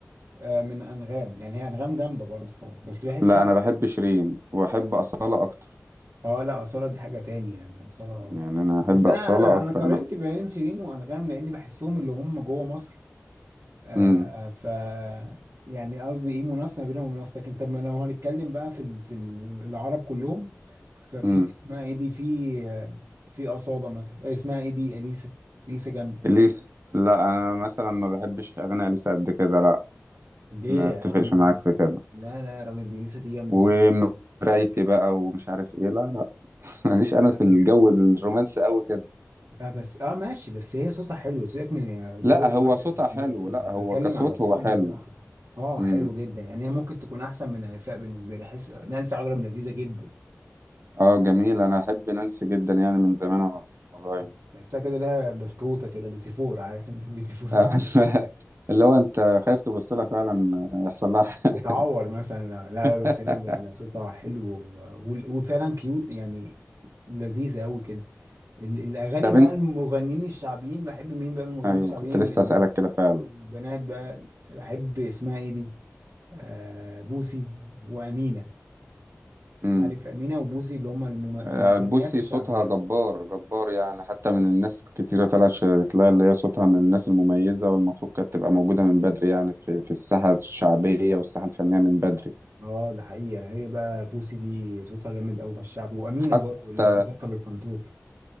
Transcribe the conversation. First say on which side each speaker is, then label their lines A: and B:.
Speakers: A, on the right; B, on the right.
A: آه، من انغام يعني هي انغام جامده برضه طبعا بس بحس
B: لا انا بحب شيرين واحب أصالة اكتر
A: اه لا أصالة دي حاجة تاني يعني أصالة
B: يعني انا احب
A: بس أنا
B: أصالة
A: أنا أنا
B: اكتر
A: قارنت
B: مثلا
A: بين شيرين وأنغام لأني بحسهم اللي هم جوه مصر آه
B: امم
A: ف يعني قصدي إيه منافسة ما بينهم ومنافسة لكن طب ما لو هنتكلم بقى في ال- في ال- العرب كلهم ففي
B: امم
A: اسمها إيه دي في آه، في أصالة مثلا آه، اسمها إيه دي أليسا أليسا جامدة
B: اليسا لا انا مثلا ما بحبش اغاني اليسا قد كده لا
A: ليه
B: ما اتفقش
A: يا عم
B: معاك في كده
A: لا لا يا راجل دي لسه دي جامدة
B: ومرايتي
A: صوتها جامد.
B: بقى ومش عارف ايه لا لا <laughs> ماليش
A: لا
B: انا
A: لا
B: في
A: بس
B: الجو الرومانسي قوي كده
A: لا بس اه ماشي بس هي صوتها حلو سيبك من
B: لا
A: جو رومانسي
B: هو صوتها
A: او مش
B: حلو
A: رومانسي
B: لا
A: احنا
B: هو
A: بنتكلم
B: كصوت
A: على الصوت
B: هو حلو
A: بتاعها اه
B: امم
A: حلو جدا يعني هي ممكن تكون احسن من هيفاء بالنسبه لي احس نانسي عجرم لذيذه جدا
B: اه جميل انا احب نانسي جدا يعني من زمان وانا صغير
A: تحس تحسها كده لها بسكوته كده بيتي فور، عارف انت <laughs> البيتي فور
B: آه، <laughs> اللي هو انت خايف تبص لها فعلا آه، يحصل لها حاجة.
A: بتعور مثلا لا لا
B: <laughs>
A: بس هي بجد صوتها حلو و- وفعلا كيوت يعني لذيذه قوي كده ال- الاغاني
B: طب
A: بقى
B: انت
A: المغنيين الشعبيين بحب مين بقى من المغنيين
B: ايوه
A: الشعبيين
B: كنت لسه
A: ال- ال-
B: اسالك كده فعلا
A: البنات بقى بحب اسمها ايه دي آه، بوسي وأمينة
B: امم
A: عارف أمينة وبوسي اللي هم المم- المغنيات
B: آه، بوسي
A: الشعبيات
B: صوتها جبار جبار يعني حتى من الناس كتيرة طلعت شهدت لها اللي هي صوتها من الناس المميزة والمفروض كانت تبقى موجودة من بدري يعني في في الساحة الشعبية والساحة الفنية من بدري
A: اه ده حقيقة هي بقى بوسي دي صوتها جامد أوي في الشعب وأمينة
B: حتى
A: برضو اللي هي كانت تركب الفانتور